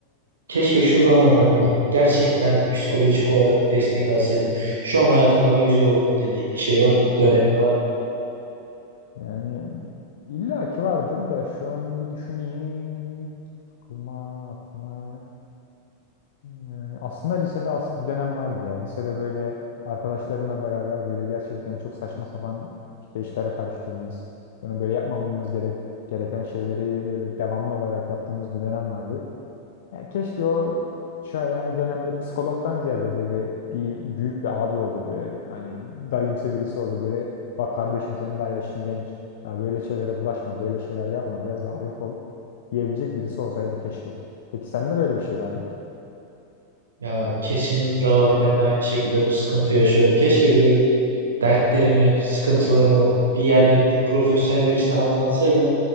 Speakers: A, on the right (about 70°); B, on the left (about 55°).
A: Keşke şu zaman hani gerçekten bir psikolojik olarak destek alsaydım. Şu an hayatım daha güzel olur dediğim bir şey var mı? Bir dönemin var mı?
B: Yani illaki vardır da şu an bir düşüneyim. Aklıma aklıma Yani aslında lisede as bir dönem vardı ya. Lisede böyle arkadaşlarımla beraber böyle gerçekten çok saçma sapan işte işlere karıştığımız, bunu böyle yapmamamız gerek gereken şeyleri böyle devamlı olarak yaptığımız bir dönem vardı. Yani keşke o şu an yani dönemde psikologdan ziyade böyle bir büyük bir abi olur böyle hani dayımsı birisi olur böyle bak kardeşim senin daha yaşın genç. Daha böyle şeylere bulaşma, böyle şeyler yapma, biraz daha ayık ol diyebilecek birisi olsaydı keşke. Peki sende böyle bir şey var mı?
A: Ya kesinlikle var. Ben de aynı şekilde bu sıkıntı yaşıyorum. Keşke böyle dertlerimi, sıkıntılarımı bir yerde bir profesyonel birisine anlatsaydım.